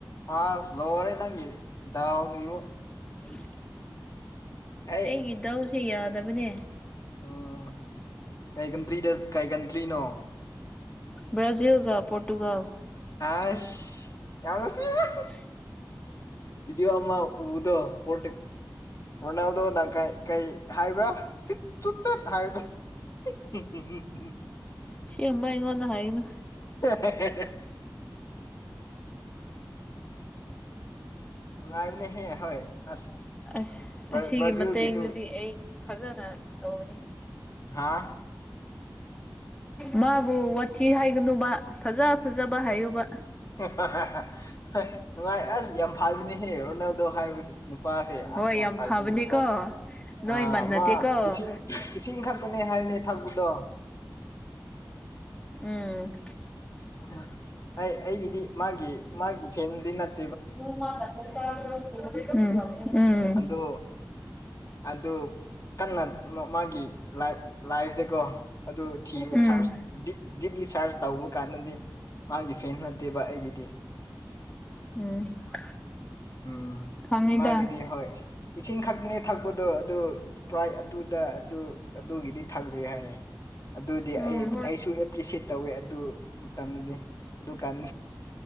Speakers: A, on the left; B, on the left.
A: ꯑꯁ ꯂ‌ꯣꯔꯦ ꯅꯪꯒꯤ ꯗꯥꯎꯒꯤꯖꯨ
B: <unintelligible>
A: ꯑꯩ
B: ꯑꯩꯒꯤ ꯗꯧꯖ‌ꯦ ꯌꯥꯗꯕꯅꯦ
A: ꯎꯝ ꯀꯩ ꯀꯟꯇ꯭ꯔꯤꯗ ꯀꯩ ꯀꯟꯇ꯭ꯔꯤꯅꯣ
B: ꯕꯥꯖꯤꯜꯒ ꯄꯣꯔꯇꯨꯒꯜ
A: ꯑꯁ ꯌꯥꯎꯗ <unintelligible>
B: <inaudible>
A: ꯕꯤꯗꯤꯌꯣ ꯑꯃ ꯎꯕꯗꯣ ꯄ‌ꯣꯇ ꯔꯣꯅꯥꯜꯗꯣꯅ ꯀ ꯀꯩ ꯍꯥꯏꯕ꯭ꯔꯥ ꯆꯤꯠ ꯆꯨꯠ ꯆꯠ ꯍꯥꯏꯕꯗꯣ <unintelligible> <unintelligible>
B: ꯁꯤꯃ ꯏꯉꯣꯟꯅ ꯍꯥꯏꯅꯨ
A: ꯍ‌ꯦ ꯍ‌ꯦ‌ꯍ‌ꯦ <unintelligible> ꯅꯨꯉꯥꯏꯕꯅ‌ꯦꯍꯦ ꯍꯣꯏ ꯑꯁ
B: ꯑꯁ
A: ꯕ꯭ꯔ
B: ꯑꯁꯤꯒꯤ
A: ꯕ꯭ꯔꯥꯖꯤꯜꯒꯤꯁꯨ
B: ꯃꯇꯦꯡꯗꯨꯗꯤ ꯑꯩ ꯐꯖꯅ ꯇꯧꯅꯤ
A: ꯍꯥꯥ
B: ꯃꯥꯕꯨ ꯋꯥꯊꯤ ꯍꯥꯏꯒꯅꯨꯕ ꯐꯖ ꯐꯖꯕ ꯍꯥꯏꯌꯨꯕ
A: <unintelligible> <unintelligible> ꯍ ꯅꯨꯉꯥꯏ ꯑꯁ ꯌꯥꯝ ꯐꯥꯢꯕꯅꯤꯍꯦ ꯔꯣꯅꯥꯜꯗꯣ ꯍꯥꯏꯕꯁꯨ ꯅꯨꯄꯥꯁꯦ
B: ꯍꯣꯏ
A: ꯑꯁ ꯌꯥꯝ ꯐꯥꯢꯕ
B: ꯐꯕꯅꯦꯀꯣ
A: ꯅꯨꯄꯥꯅꯤ
B: ꯅꯣꯏ ꯃꯥꯟꯅꯗꯦꯀꯣ
A: ꯑ ꯃꯥ ꯏꯁꯤꯡ ꯏꯁꯤꯡ ꯈꯛꯇꯅꯦ ꯍꯥꯏꯕꯅꯦ ꯊꯛꯄꯗꯣ
B: ꯎꯝ
A: ꯎ ꯑꯩ ꯑꯩꯒꯤꯗꯤ ꯃꯥꯒꯤ ꯃꯥꯒꯤ ꯐꯦꯟꯗꯤ ꯅꯠ
B: <unintelligible> <unintelligible> ꯎꯝ ꯎꯝ
A: ꯑꯗꯣ ꯑꯗꯨ ꯀꯟꯅ ꯃꯥꯒꯤ ꯂꯥꯏꯐꯇꯀꯣ ꯑꯗꯨ ꯊꯤꯕ
B: ꯎꯝ
A: ꯁꯔꯖ ꯗꯤꯞ ꯗꯤꯄꯤ ꯁꯔꯖ ꯇꯧꯕ ꯀꯥꯟꯗ‌ꯗꯤ ꯃꯥꯒꯤ ꯐꯦꯟ ꯅꯠꯇꯦꯕ ꯑꯩꯒꯤꯗꯤ
B: ꯎꯝ <unintelligible>
A: ꯎꯝ
B: ꯈꯪꯉꯤꯗ
A: ꯃꯥꯒꯤꯗꯤ ꯍ‌ꯣꯏ ꯏꯁꯤꯡ ꯈꯛꯅꯦ ꯊꯛꯄꯗꯣ ꯑꯗꯨ ꯄ꯭ꯔꯥꯏ ꯑꯗꯨꯗ ꯑꯗꯨ ꯑꯗꯨꯒꯤꯗꯤ ꯊꯗ꯭ꯔꯤ ꯍꯥꯏꯌꯦ ꯑꯗꯨꯗꯤ
B: ꯎꯝ
A: ꯑꯩ ꯑꯩꯁꯨ ꯑꯦꯄ꯭ꯔꯤꯁꯦꯠ ꯇꯧꯋꯦ ꯑꯗꯨ ꯃꯇꯝꯗꯗꯤ ꯑꯗꯨꯀꯥꯟ